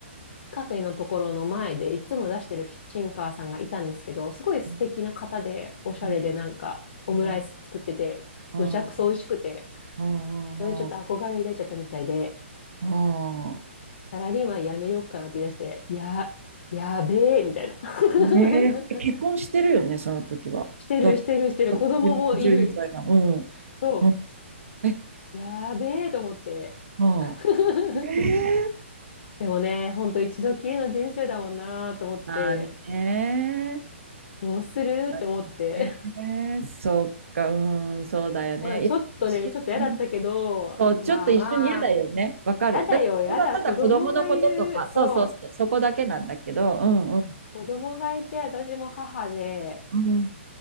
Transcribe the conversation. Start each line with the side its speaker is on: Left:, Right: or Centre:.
Left: カフェのところの前でいつも出してるキッチンカーさんがいたんですけど、すごい素敵な方で、
Right: ん、
Left: おしゃれでなんかオムライス作ってて、
Right: うん、うん、うん、
Left: どちゃくそ美味しくて、
Right: うん、
Left: それでちょっと憧れ抱いちゃったみたいで、
Right: うん。
Left: サラリーマンやめようかなって言い出して、いや、やべえ、みたいな <laughs>。
Right: ねえ、結婚してるよね、その時は。
Left: してる、
Right: だ、だ
Left: してる、してる。子供もいる。
Right: 1歳なの。うん。
Left: と
Right: うんえ、
Left: やべえと思って
Right: あ
Left: <laughs>。
Right: あ、ええ
Left: でもね、ほんと一度きりの人生だもんなと思って、
Right: まあね。
Left: どうするって思って
Right: まあねそっか、うん、そうだよね。
Left: まあちょっとね、
Right: いや一緒うん
Left: ちょっと嫌だったけど、
Right: そう、ちょっと一緒に嫌だよね。
Left: まあまあ、
Right: わかる。
Left: 嫌だよ、
Right: だってそれはただ子供のこととか、
Left: 嫌だ、子供がいる、そう、
Right: そうそう、そこだけなんだけど、うんうん。
Left: 子供がいて、私も母で、ね
Right: うん。